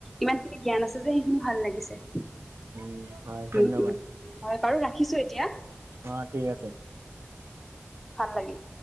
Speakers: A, in the centre; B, on the right.
A: ইমান খিনি জ্ঞান আছে যে সেইখিনি ভাল লাগিছে।
B: উম হয় ধন্যবাদ।
A: উম উম হয় বাৰু ৰাখিছো এতিয়া।
B: অ ঠিক আছে।
A: ভাল লাগিল।